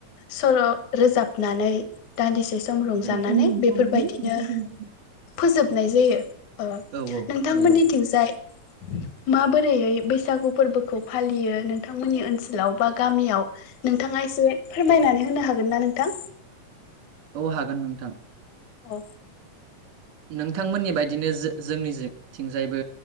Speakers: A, on the left; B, on the right.
A: सल' रोजाबनानै दान्दिसे सम
B: <unintelligible>
A: रंजानानै बेफोरबायदिनो फोजोबनाय जायो ओ
B: औ औ
A: नोंथांमोननिथिंजाय
B: नंगौ
A: माबोरैयै बैसागु फोरबोखौ फालियो नोंथांमोननि ओनसोलाव बा गामियाव नोंथाङा एसे फोरमायनानै होनो हागोन ना नोंथां
B: औ हागोन नोंथां
A: औ
B: नोंथांमोननि बायदिनो जो-जोंनिथिंजायबो